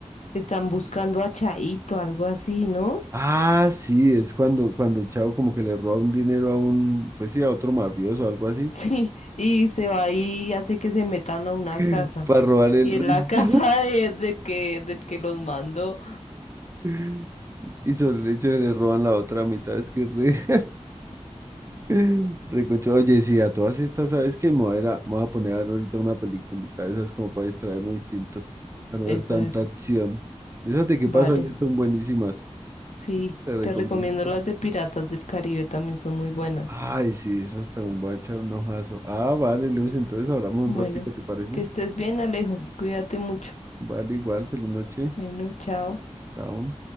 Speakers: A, on the left; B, on the right.
A: están buscando a Chaito, algo así, ¿no? <laughs>
B: Ah, sí, es cuando, cuando el chavo como que le roba un dinero a un, pues sí, a otro mafioso o algo así,
A: Sí, y se va ahí y hace que se metan a una
B: <laughs>
A: casa.
B: para robarle el
A: Y
B: resto.
A: es la <laughs> casa de- del que, del que los mandó.
B: <laughs> Y sobre el hecho de le roban la otra mitad, es que re, <laughs> re Oye, sí, a todas estas, ¿sabes qué? Me voy a, ir a- me voy a poner a ver ahorita una peliculita de esas como para distraerme distinto, para no
A: Eso,
B: ver tanta
A: eso.
B: acción. De esas de qué
A: Vale.
B: pasó ayer son buenísimas,
A: Sí,
B: te recomiendo.
A: te recomiendo las de Piratas del Caribe, también son muy buenas.
B: Ay, sí, esas también voy a echar un ojazo. Ah, vale, Luz, entonces hablamos
A: Bueno,
B: un ratico, ¿te parece?
A: que estés bien, Alejo. Cuídate mucho.
B: Vale, igual, feliz noche.
A: Bueno, chao.
B: Chao.